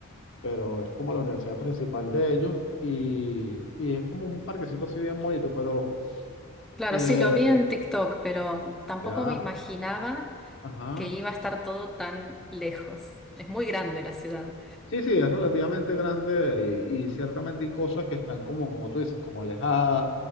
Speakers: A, on the left; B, in the centre.
A: pero es como la universidad principal de ellos y, y es como un parquecito así bien bonito, pero
B: Claro,
A: eh,
B: sí, lo vi en TikTok, pero tampoco
A: ya,
B: me imaginaba
A: ajá.
B: que iba a estar todo tan lejos. Es muy grande la ciudad.
A: Sí, sí, es relativamente grande y, y ciertamente hay cosas que están como, como tú dices, como alejadas,